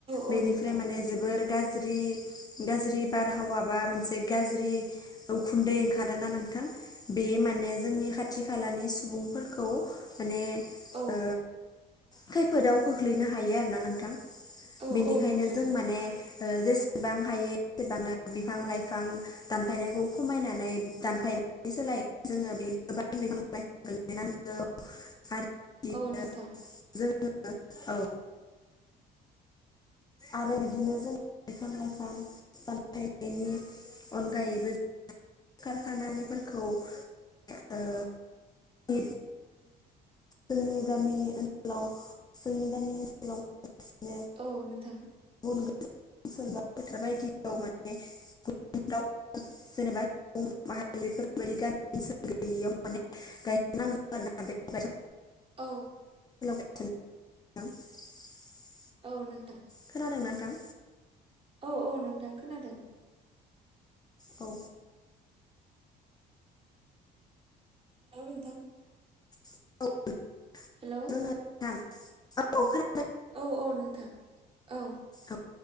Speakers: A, on the right; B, on the left.
A: औ
B: बेनिफ्राय
A: नोंथां
B: माने जोबोर गाज्रि गाज्रि बारहावा बा मोनसे गाज्रि उखुन्दै ओंखारोना नों थां बे माने जोंनि खाथि खालानि सुबुंफोरखौ माने
A: औ
B: ओ खैफोदाव खोख्लैनो हायो आरो ना नोंथां।
A: औ
B: बेनिखायनो
A: औ नोंथां
B: जों माने ओ जेसेबां हायो एसेबांनो बिफां लाइफां दानफायनायखौ खमायनानै दानफाय सोलाय जोङो बे गोबां बिफां गाय नांगौ। आरो <unintelligible>
A: औ नोंथां
B: जोङो औ आरो बिदिनो जों बिफां लाइफां दानफायनायनि अनगायैबो खारखानानिफोरखौ ओ इब जोंनि गामि ओनसाव जोंनि गामि ओनसोलाव
A: औ नोंथां।
B: गोसो सोरबा फोथार बायदियाव माने गु उम दाव जेनेबा सुबुं माहारिफोरबायदि गामि सुबो गैयैयाव माने गायनांगौ आरोना बे गायसन
A: औ।
B: <inaudible>
A: औ नोंथां।
B: खोनादों नोंथां।
A: औ औ नोंथां खोनादों।
B: औ।
A: औ नोंथां।
B: <unintelligible>
A: हेलौ।
B: जोङो नोंथां औ खोना
A: औ औ नोंथां औ
B: औ